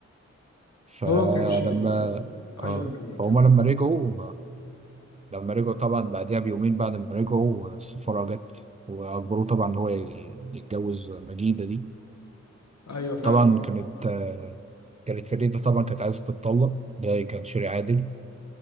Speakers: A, on the right (about 25°); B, on the left (about 60°).
A: فلما
B: هو كانش ايوه
A: آه
B: كمل
A: فهما
B: كمل
A: لما رجعوا لما رجعوا طبعا بعدها بيومين بعد ما رجعوا السفارة جت وأجبروه طبعا إن هو ي- يتجوز مجيدة دي
B: ايوه فعلا
A: طبعا كانت آه، كانت فريدة طبعا كانت عايزة تتطلق ده كان شيء عادل